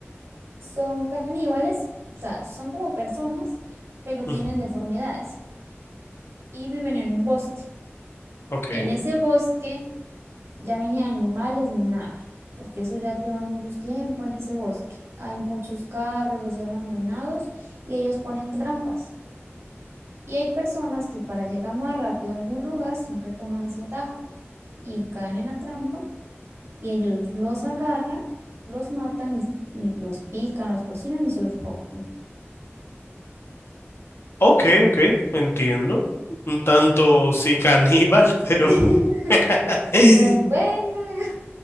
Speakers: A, on the right; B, on the left.
A: Son caníbales, o sea, son como personas, pero
B: Ujú.
A: tienen deformidades y viven en un bosque.
B: Ok,
A: En ese bosque ya ni animales ni nada, porque eso ya llevan ellos tiempo en ese bosque. Hay muchos carros así abandonados y ellos ponen trampas. Y hay personas que para llegar más rápido a algún lugar siempre toman ese atajo y caen en la trampa y ellos los agarran, los matan y, y los pican, los cocinan y se los comen.
B: ok, ok, entiendo. Un tanto sí caníbal, <laughs> pero
A: <laughs>
B: <laughs>
A: Pero es buena.